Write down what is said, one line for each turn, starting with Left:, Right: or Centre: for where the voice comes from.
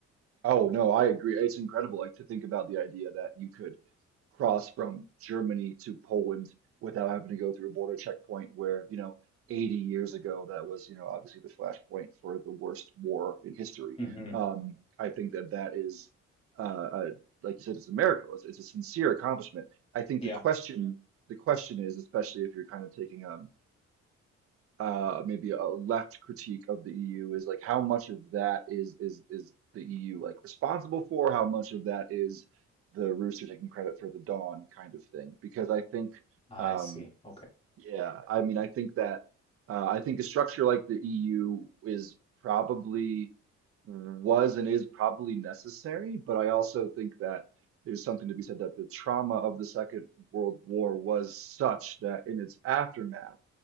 Right: Oh no, I agree. It's incredible, like to think about the idea that you could cross from Germany to Poland without having to go through a border checkpoint where, you know, 80 years ago that was, you know, obviously the flashpoint for the worst war in history.
Left: hmm
Right: Um, I think that that is, uh, uh, like you said, it's a miracle. It's, it's a sincere accomplishment. I think
Left: Yeah.
Right: the question, the question is, especially if you're kind of taking um uh, maybe a left critique of the EU is like how much of that is is is the EU like responsible for? How much of that is the rooster taking credit for the dawn kind of thing? Because I think,
Left: I
Right: um,
Left: see. Okay.
Right: yeah, I mean, I think that uh, I think a structure like the EU is probably was and is probably necessary, but I also think that there's something to be said that the trauma of the Second World War was such that in its aftermath